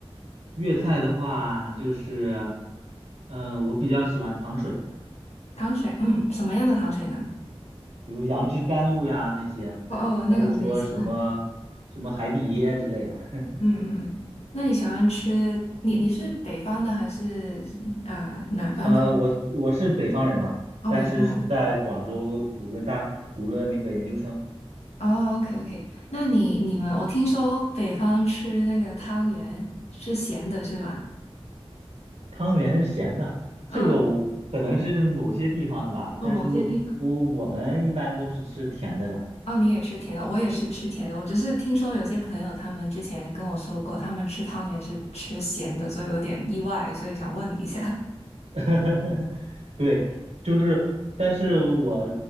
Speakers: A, on the right; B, on the left.
A: 粤菜的话，就是，嗯、我比较喜欢糖水，
B: 糖水，嗯，什么样的糖水呢？
A: 比如杨枝甘露呀那些，
B: 哦哦，
A: 还有说什么什么海底椰之类的。
B: 那个我也喜欢。
A: <laughs>
B: 嗯嗯嗯，那你喜欢吃？你你是北方的还是呃南方的？
A: 呃，我是我是北方人嘛，
B: 哦，
A: 但是是在广州读了大读了那个研究生。
B: 北方人。哦，OK OK，那你你们，我听说北方吃那个汤圆是咸的，是吗？
A: 汤圆是咸的，
B: 嗯，
A: 这个我可能是某些地方的吧，
B: 哦，
A: 但是
B: 某些地方。
A: 我我们一般都是吃甜的的。
B: 哦，你也吃甜的，我也是吃甜的。我只是听说有些朋友他们之前跟我说过，他们吃汤圆是吃咸的，所以有点意外，所以想问你一下。<laughs>
A: <laughs> 对，就是，但是我